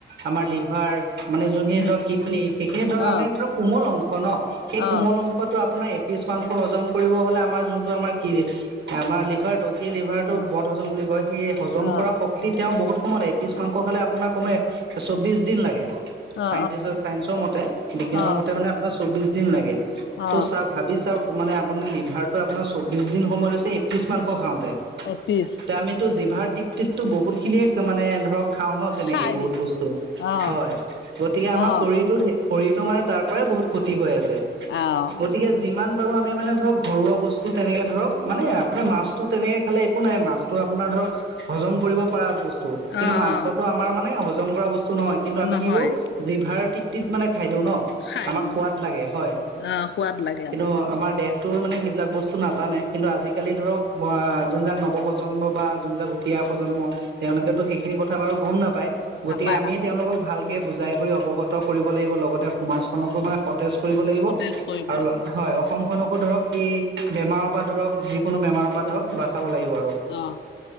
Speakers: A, on the right; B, on the left.
A: আমাৰ লিভাৰ মানে যোনখিনি
B: উম
A: ধৰক কিডন সেইখিনি ধৰক
B: অ
A: আমি ধৰক কোমল অংক ন' সেই
B: অ
A: কোমল অংশটো আপোনাৰ এপিছ মাংস হজম কৰিব হ'লে আমাৰ যোনটো আমাৰ কি আমাৰ লিভাৰটো সেই লিভাৰটো
B: অ
A: বদ হজম বুলি কয় সেই হজম
B: অ
A: কৰা শক্তিত তেওঁ বহুত সময় লাগে এপিছ মাংস খালে আপোনাৰ কমেও চৌবিশ দিন লাগে।
B: অ
A: চাইন্টিচ চাইঞ্চৰ মতে বিজ্ঞানৰ
B: অ অ
A: মতে মানে আপোনাৰ চৌবিশ দিন লাগে।
B: অ
A: ত' চাওক ভাবি চাওক মানে আপুনি লিভাৰতটো আপোনাৰ চৌবিশ দিন সময় লৈছে এপিছ মাংস খাওঁতে।
B: এপিচ
A: এ আমিতো জিভাৰ তৃপ্তিতো বহুত খিনিয়ে মানে ধৰক খাওঁ ন' তেনেকে
B: খাই
A: বহুত
B: দিওঁ
A: বস্তু
B: অ
A: হয় গতিকে
B: অ
A: আমাৰ শৰীৰটো শৰীৰটো মানে তাৰ পৰাই বহুত ক্ষতি হৈ আছে।
B: আহ
A: গতিকে যিমান বাৰো আমি মানে ধৰক ঘৰুৱা বস্তু তেনেকে ধৰক মানে আপোনাৰ মাছটো তেনেকে খালে একো নাই মাছটো আপোনাৰ ধৰক হজম কৰিব পৰা বস্তু। কিন্তু
B: অ
A: মাংসটো
B: অ
A: আমাৰ মানে হজম কৰা বস্তু নহয় কিন্তু আমি
B: নহয়
A: কি কৰো জিভাৰ তৃপ্তিত মানে খাই দিওঁ ন'
B: খাই
A: আমাক
B: দিওঁ
A: সোৱাদ লাগে হয়।
B: অ সোৱাদ লাগে
A: কিন্তু
B: আমাক
A: আমাৰ দেহ টোৱে মানে সেইবিলাক বস্তু নাটানে কিন্তু আজি আজিকালি ধৰক যোনবিলাক নৱ প্ৰজন্ম বা যোনবিলাক উঠিয়া প্ৰজন্ম তেওঁলোকেতো
B: উম
A: সেইখিনি কথা বাৰু গম নাপায় গতিকে
B: নাপায়
A: আমিয়ে
B: নাপায়
A: তেওঁলোকক ভাল বুজাই কৰি অৱগত কৰিব লাগিব লগতে সমাজখনকো মানে স তেজ কৰিব লাগিব
B: সতেজ কৰিব
A: আৰু
B: লাগে
A: হয় অসমখনকো ধৰক এই বেমাৰৰ পৰা ধৰক কোনো বেমাৰৰ পৰা ধৰক বাচাব লাগিব আৰু।
B: অ